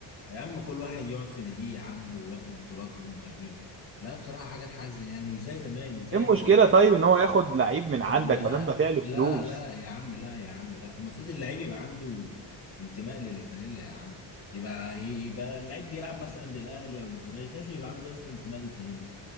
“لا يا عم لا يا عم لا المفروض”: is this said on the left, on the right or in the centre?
Left